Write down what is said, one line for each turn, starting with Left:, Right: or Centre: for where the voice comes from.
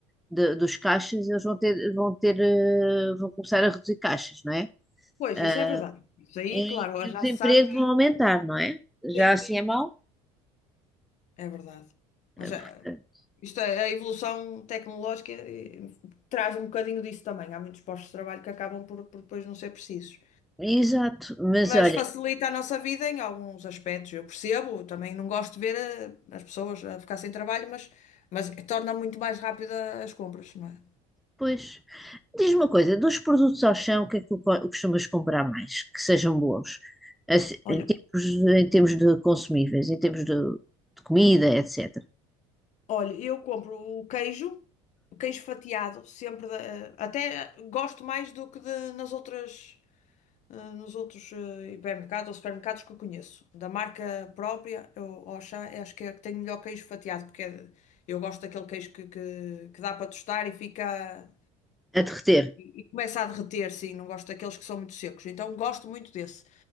Centre: de- dos caixas, eles vão ter, vão ter, eh, vão começar a reduzir caixas, não é?
Left: Pois,
Centre: Ah,
Left: isso é verdade. Isso aí,
Centre: e,
Left: claro,
Centre: e
Left: já
Centre: os empregos
Left: se sabe que
Centre: vão aumentar, não é?
Left: sim,
Centre: Já assim é mau?
Left: é verdade. Mas
Centre: Eh,
Left: eh,
Centre: portanto,
Left: isto é, a evolução tecnológica eh, traz um bocadinho disso também. Há muitos postos de trabalho que acabam por, por depois não ser precisos.
Centre: Exato, mas
Left: Mas
Centre: olha,
Left: facilita a nossa vida em alguns aspectos. Eu percebo, também não gosto de ver eh, as pessoas a ficar sem trabalho, mas, mas torna muito mais rápida as compras, não é?
Centre: pois, diz-me uma coisa, dos produtos ao chão, o que é que tu co- costumas comprar mais, que sejam bons? Assim,
Left: Olha,
Centre: em termos, de- em termos de consumíveis, em termos de, de comida, etc.
Left: olha, eu compro o queijo, o queijo fatiado, sempre da- eh, até gosto mais do que de- nas outras, eh, nos outros eh, hipermercados ou supermercados que eu conheço. Da marca própria, eu Auchan, eu acho que é que tem melhor queijo fatiado, porque é- de- eu gosto daquele queijo que, que, que dá para tostar e fica.
Centre: A derreter.
Left: e começa a derreter, sim, não gosto daqueles que são muito secos, então gosto muito desse.